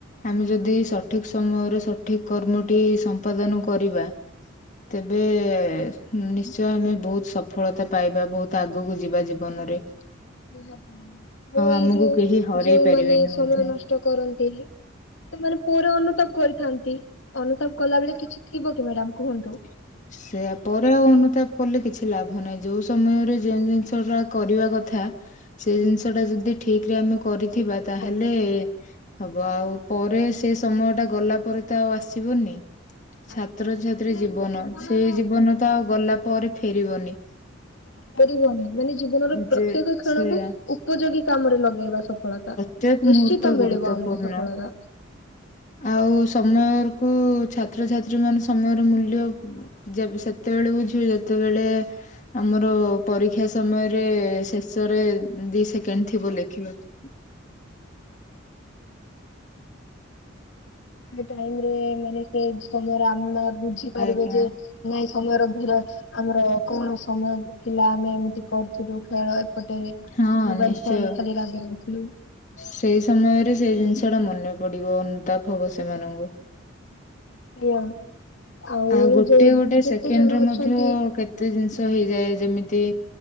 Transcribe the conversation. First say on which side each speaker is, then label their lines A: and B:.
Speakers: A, on the left; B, on the left.
A: ଆମେ
B: ଆଉ
A: ଯଦି ସଠିକ୍ ସମୟରେ ସଠିକ୍ କର୍ମଟି ସମ୍ପାଦନ କରିବା। ତେବେ ଏ ଏ, ନିଶ୍ଚୟ ଆମେ ବହୁତ ସଫଳତା ପାଇବା, ବହୁତ ଆଗକୁ ଯିବା ଜୀବନରେ।
B: ନିହାତି, ଆଉ ଏଇ
A: ଆମକୁ
B: ଯୋଉ
A: କେହି ହରେଇ
B: ଯଉମାନେ
A: ପାରିବେନି
B: ସମୟ
A: ମଧ୍ୟ
B: ନଷ୍ ଟ କରନ୍ତି, ସେମାନେ ପରେ ଅନୁତାପ କରିଥାନ୍ତି। ଅନୁତାପ କଲା ବଳେ କିଛ୍ ଠିକ କି ମ୍ୟାଡ଼ାାମ କୁହନ୍ତୁ
A: ହ <unintelligible> <inaudible> ସେଇଆ, ପରେ ଆଉ ଅନୁତାପ କଲେ କିଛି ଲାଭ ନାହିଁ। ଯୋଉ ସମୟରେ ଯେଉଁ ଜିନିଷ ଟା କରିବା କଥା ସେଇ ଜିନିଷ ଟା ଯଦି ଠିକ ରେ ଆମେ କରିଥିବା, ତାହେଲେ
B: ଆଜ୍ଞା
A: ହବ ଆଉ, ପରେ ସେ ସମୟ ଟା ଗଲା ପରେ ତ ଆଉ ଆସିବନି।
B: ଆଜ୍ଞା
A: ଛାତ୍ରଛାତ୍ରୀ
B: ମାନେ
A: ର ଜୀବନ,
B: ଜୀବନର
A: ସେଇ ଜୀବନ ତ ଆଉ ଗଲା ପରେ ଫେରିବନି।
B: କରିବନି, ମାନେ ଜୀବନର ପ୍ରତ୍ୟେକ
A: ଯେ
B: କ୍ଷଣକୁ
A: ସେୟା
B: ଉପଯୋଗୀ କାମରେ ଲଗେଇବା ସଫଳତା।
A: ତ୍ୟେକ
B: ନିଶ୍ଚିତ
A: ମୁହୂର୍ତ ଗୁରୁତଵପୂର୍ଣ୍ଣ।
B: ମିଳିବ ଆମକୁ ସଫଳତା।
A: ଆଉ ସମୟ କୁ, ଛାତ୍ରଛାତ୍ରୀ ମାନେ ସମୟର ମୂଲ୍ୟ ଯେବ୍, ସେତେବେଳେ ବୁଝିବେ ଯେତେବେଳେ ଆମର ଅ ପରୀକ୍ଷା ସମୟରେ, ଶେଷରେ, ଦି ସେକେଣ୍ଡ ଥିବ ଲେଖିବାକୁ।
B: ସେ ଟାଇମ୍ ରେ, ମାନେ ସେ ସମୟରେ ଆମେ ବୁଝିପାରିବେ
A: ଆଜ୍ଞା।
B: ଯେ ନାଇଁ ସମୟର ଭିର, ଆମର କଣ ସମୟ ଥିଲା? ଆମେ ଏମିତି କରିୁଥିଲୁ, ଖେଳ ପଟେ,
A: ହଁ
B: ମୋବାଇଲ
A: ନିଶ୍ଚୟ
B: ଫୋନରେ ଖାଲି ରାଗ୍ ରାଉଥିଲୁ।
A: ସେଇ ସମୟରେ, ସେଇ ଜିନିଷ ଟା ମନେ ପଡିବ, ଅନୁତାପ ହବ ସେମାନଙ୍କୁ।
B: ଆ ଆଉ <unintelligible>
A: ଆ
B: ଏଇ
A: ଗୋଟେ
B: ଯୋଉ
A: ଗୋଟେ
B: ଯେତେ
A: ସେକେଣ୍ଡରେ
B: ଜଣ ଅଛନ୍ତି
A: ମଧ୍ୟ, କେତେ ଜିନିଷ ହେଇଯାଏ। ଯେମିତି